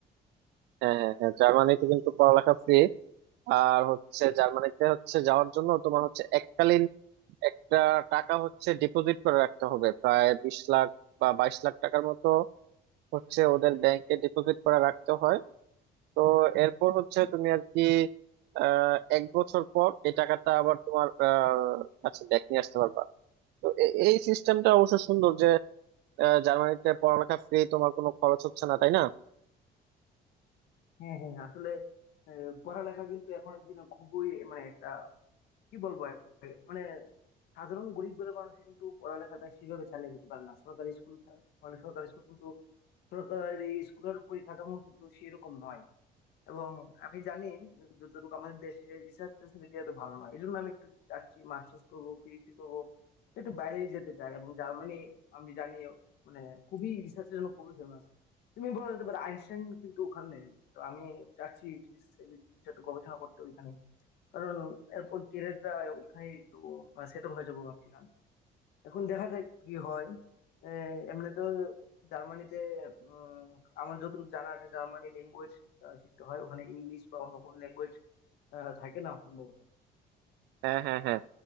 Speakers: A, on the right; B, on the left.
A: হ্যাঁ হ্যাঁ হ্যাঁ জার্মানিতে কিন্তু পড়ালেখা ফ্রি আর হচ্ছে জার্মানিতে হচ্ছে যাওয়ার জন্য তোমার হচ্ছে এককালীন একটা টাকা হচ্ছে ডিপোজিট করে রাখতে হবে প্রায় বিশ লাখ বা বাইশ লাখ টাকার মতো হচ্ছে ওদের ব্যাংকে ডিপোজিট করে রাখতে হয় তো এরপর হচ্ছে তুমি আর কি আহ এক বছর পর এই টাকাটা আবার তোমার আহ কাছে ব্যাক নিয়ে আসতে পারবা তো এ- এই সিস্টেমটা অবশ্য সুন্দর যে আহ, জার্মানিতে পড়ালেখা ফ্রি তোমার কোনো খরচ হচ্ছে না তাই না
B: হ্যাঁ হ্যাঁ আসলে আহ, পড়ালেখা কিন্তু এখন একদিন খুবই মানে একটা কি বলবো আর, মানে সাধারণ গরিব ঘরের মানুষ কিন্তু পড়ালেখাটা সেভাবে চালিয়ে যেতে পারে না সরকারি স্কুল থা- মানে সরকারি স্কুল কিন্তু সরকারি স্কুলের পরিকাঠামো কিন্তু সেরকম নয় এবং আমি জানি যতটুকু আমাদের দেশে রিসার্চ ফেসিলিটি এত ভালো নয় এই জন্য আমি একটু চাচ্ছি মাস্টার্স করবো পিএইচডি করবো একটু বাইরে যেতে চাই এবং জার্মানি আমি জানি মানে খুবই রিসার্চের জন্য খুবই ফেমাস তুমি বলা যেতে পারো আইনস্টাইন কিন্তু ওখানে তো আমি চাচ্ছি physics এর কিছু একটা গবেষণা করতে ওইখানে কারণ এরপর ক্যারিয়ারটা ওইখানে একটু সেট হয়ে যাবো ভাবছিলাম এখন দেখা যাক কি হয় আহ, এমনি তো জার্মানিতে উম, আমার যতটুকু জানা আছে জার্মানি ল্যাঙ্গুয়েজ শিখতে হয় ওখানে ইংলিশ বা অন্য কোনো ল্যাঙ্গুয়েজ থাকে না সম্ভবত
A: হ্যাঁ হ্যাঁ হ্যাঁ